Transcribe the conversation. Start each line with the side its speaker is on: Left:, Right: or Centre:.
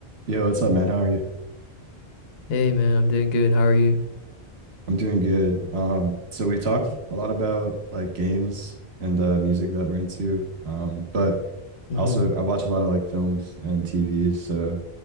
Right: Yo, what's up, man? How are you?
Left: Hey man, I'm doing good. How are you?
Right: I'm doing good. Um, so we talked a lot about like games and uh music that we're into. Um, but
Left: hmm
Right: also I watch a lot of like films and TV, so I